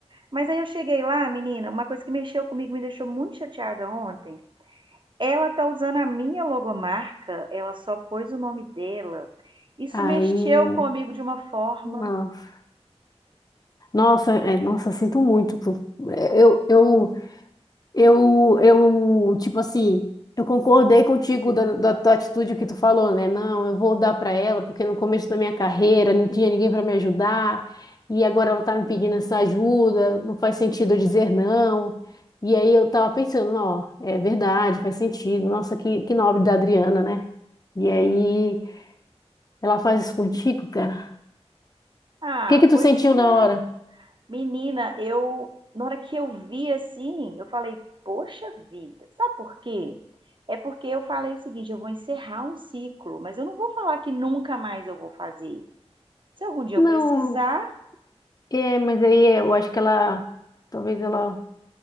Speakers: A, on the right; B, on the left.
A: Mas aí eu cheguei lá, menina, uma coisa que mexeu comigo, me deixou muito chateada ontem. Ela tá usando a minha logomarca, ela só pôs o nome dela. Isso
B: Aí,
A: mexeu comigo de uma forma.
B: nossa, nossa, é, nossa, sinto muito. pô. Eu, eu Eu, eu, tipo assim, eu concordei contigo da, da tua atitude que tu falou, né? Não, eu vou dar pra ela, porque no começo da minha carreira não tinha ninguém pra me ajudar, e agora ela tá me pedindo essa ajuda, não faz sentido eu dizer não. E aí eu tava pensando, ó, é verdade, faz sentido. Nossa, que, que nobre da Adriana, né? E aí ela faz isso contigo, cara.
A: Ah,
B: O que que tu
A: pois
B: sentiu na
A: é.
B: hora?
A: Menina, eu na hora que eu vi assim, eu falei, poxa vida. Sabe por quê? É porque eu falei o seguinte, eu vou encerrar um ciclo, mas eu não vou falar que nunca mais eu vou fazer. Se algum dia
B: Não,
A: eu precisar,
B: é, mas aí eu acho que ela, talvez ela,